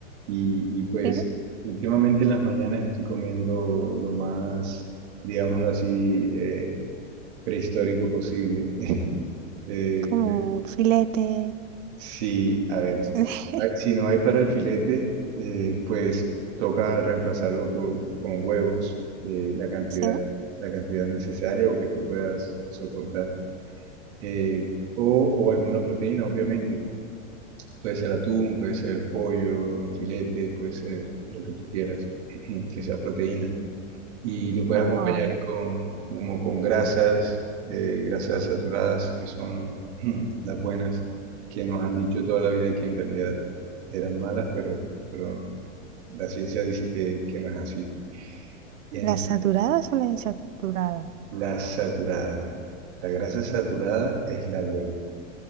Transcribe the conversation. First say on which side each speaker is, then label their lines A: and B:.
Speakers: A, on the right (about 55°); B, on the right (about 75°).
A: Y, y pues
B: Sí.
A: últimamente en las mañanas estoy comiendo lo más, digámoslo así, eh, prehistórico posible. <laughs> Eh,
B: como
A: pe-
B: un filete.
A: sí, a ver, si
B: <laughs>
A: hay- si no hay para el filete, eh, pues toca reemplazarlo por- con huevos, eh, la cantidad,
B: Sí,
A: la cantidad necesaria o que tú puedas soportar. Eh, o, o alguna proteína, obviamente. Puede ser atún, puede ser pollo, un filete, puede ser lo que tú quieras, <clears throat> que sea proteína. Y lo puedes
B: vale.
A: acompañar con, como con grasas, eh, grasas saturadas, que son <clears throat> las buenas, que nos han dicho toda la vida que en realidad eran malas, pero, pero la ciencia dice que, que no es así. Entonces,
B: ¿Las saturadas o las insaturadas?
A: la saturada. La grasa saturada es la buena,